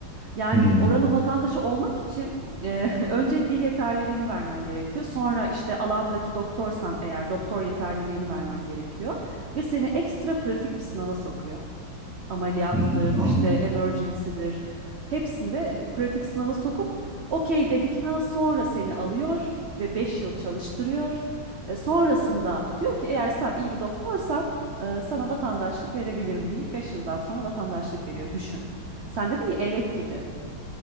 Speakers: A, on the right; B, in the centre.
A: Yani
B: Hmm,
A: oranın vatandaşı olmak için eee, <laughs> önce dil yeterliliğini vermen gerekiyor. Sonra işte alandaki doktorsan eğer doktor yeterliliğini vermen gerekiyor. Ve seni ekstra pratik bir sınava sokuyor. Ameliyattır,
B: hmm,
A: işte
B: anladım.
A: emergency'dir. Hepsinde e, pratik sınava sokup okey dedikten sonra seni alıyor ve 5 yıl çalıştırıyor. E, sonrasında diyor ki eğer sen iyi bir doktorsan e, sana vatandaşlık verebilirim deyip 5 yıldan sonra vatandaşlık veriyor. Düşün. Sen dedin ya elek gibi.